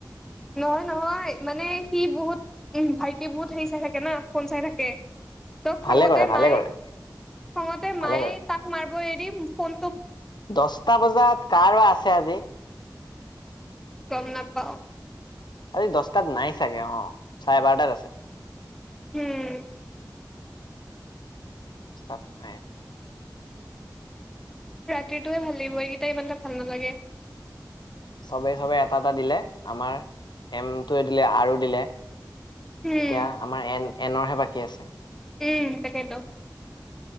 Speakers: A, in the centre; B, on the left (about 85°).
A: নহয় নহয় মানে সি বহুত উমহ, ভাইটি বহুত সেই চাই থাকে না, ফোন চাই থাকে। ত' খঙতে
B: ভালে কৰে ভালে
A: মায়,
B: কৰে
A: খঙতে
B: ভালে
A: মায় তাক মাৰব' এৰি ফোন
B: দছটা বজাত কাৰৱা আছে আজি।
A: গম নাপাও।
B: আজি দছটাত নাই চাগে অ, চাৰে বাৰটাত আছে।
A: হুম।
B: দছটাত নাই আজি।
A: ৰাতিটোয়ে ভাল লাগিব এইকেইটা ইমানটা ভাল নালাগে।
B: চবে চবে এটা এটা দিলে আমাৰ এমটোৱে দিলে আৰু দিলে।
A: উম
B: এতিয়া আমাৰ এন এনৰহে বাকী আছে।
A: উম, তাকে ত।